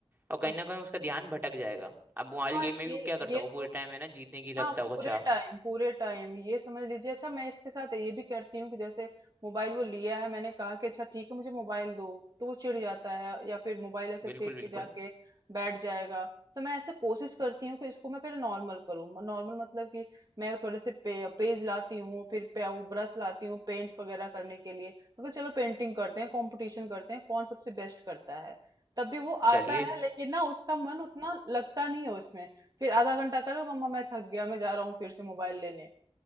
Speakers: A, on the right; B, on the right.
A: और कहीं
B: अच्छा।
A: ना कहीं उसका ध्यान भटक जाएगा अब मोबाइल
B: हाँ
A: गेम में भी
B: ये
A: वो क्या करता
B: ये
A: होगा पूरे
B: तो
A: टाइम है ना जीतने की
B: हाँ
A: रखता होगा
B: पूरे
A: चाह
B: टाइम पूरे टाइम ये समझ लीजिए अच्छा मैं इसके साथ ये भी करती हूँ कि जैसे मोबाइल वो लिया है मैंने कहा कि अच्छा ठीक है मुझे मोबाइल दो तो वो चिढ़ जाता है या फिर मोबाइल ऐसे
A: बिल्कुल
B: फेंक
A: बिल्कुल
B: के जाके बैठ जाएगा तो मैं ऐसे कोशिश करती हूँ कि इसको मैं पहले नॉर्मल करूँ नॉर्मल मतलब कि मैं थोड़े से पे, पेज लाती हूँ फिर पे, वो ब्रश लाती हूँ पेंट वगैरह करने के लिए मतलब चलो पेंटिंग करते हैं कंपटीशन करते हैं कौन सबसे बेस्ट करता है तब भी वो आता
A: चलिए
B: है लेकिन ना उसका मन उतना लगता नहीं है उसमें फिर आधा घंटा करो मम्मा मैं थक गया मैं जा रहा हूँ फिर से मोबाइल लेने